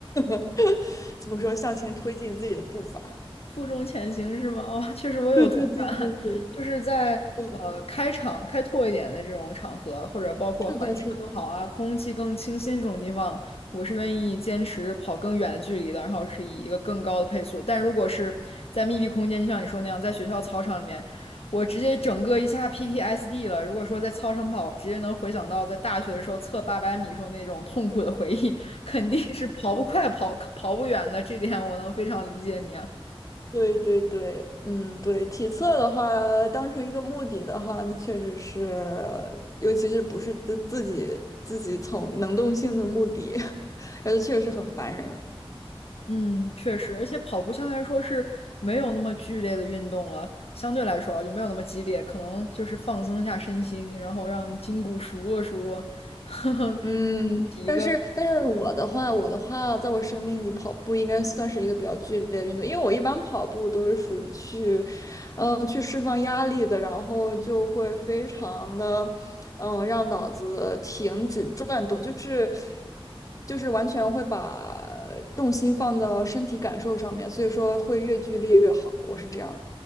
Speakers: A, on the left; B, on the left.
A: <laughs> 怎么说向前推进自己的步伐。
B: 负重前行是吗？哦，确实我有同感，
A: 对对对对对
B: 就是在呃开场开拓一点的这种场合，
A: 对，
B: 或者包括环境更好啊、
A: 是的，是的，
B: 空气更清新这种地方，我是愿意坚持跑更远的距离的，然后是以一个更高的配速。但如果是在密闭空间，就像你说那样，在学校操场里面，我直接整个一下 PTSD 了。如果说在操场跑，直接能回想到在大学的时候测八百米时候那种痛苦的回忆，肯定是跑不快、跑跑不远的，这点我能非常理解你啊。
A: 对对对，嗯，对，体测的话，当成一个目的的话，那确实是，尤其是不是自自己自己从能动性的目的，<laughs> 而且确实很烦人。
B: 嗯，确实，而且跑步相对来说是没有那么剧烈的运动了，相对来说啊就没有那么激烈，可能就是放松一下身心，然后让筋骨熟络熟络，<laughs> 呵呵，
A: 嗯，
B: 洗一个
A: 但是但是我的话，我的话，在我生命里，跑步应该算是一个比较剧烈的运动，因为我一般跑步都是属于去，嗯、去释放压力的，然后就会非常的，嗯、让脑子停止转动，就是就是完全会把重心放到身体感受上面，所以说会越剧烈越好，我是这样。